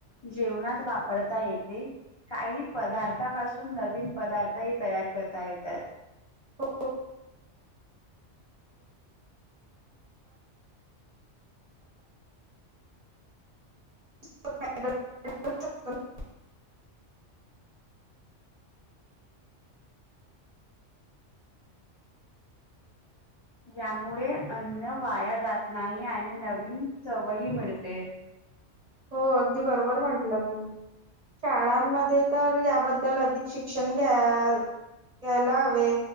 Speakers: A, on the left (about 45°); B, on the right (about 35°).
A: जेवणात वापरता येते. काही पदार्थापासून नवीन पदार्थ ही तयार करता येतात.
B: हो. <inaudible>
A: यामुळे अन्न वाया जात नाही आणि नवीन चवही मिळते.
B: हो अगदी बरोबर म्हंटलं तू. शाळांमध्ये तर याबद्दल अधिक शिक्षण घ्या घ्यायला हवे